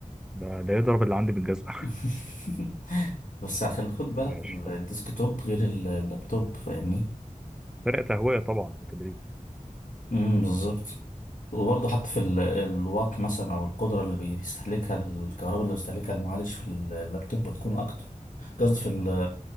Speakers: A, in the centre; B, on the left.
A: ده ده يضرب اللي عندي بالجزمة
B: <laughs> بس هخلي خد بالك
A: <laughs> ماشي
B: ال-
A: حلو
B: الديسكتوب غير ال- اللابتوب فاهمني
A: فرق تهوية طبعا وتدريب
B: امم بالظبط وبرضه حتى في ال- الوات مثلا او القدره اللي بيستهلكها الكهرباء اللي بيستهلكها المعالج في اللابتوب بتكون اكتر قصدي في ال-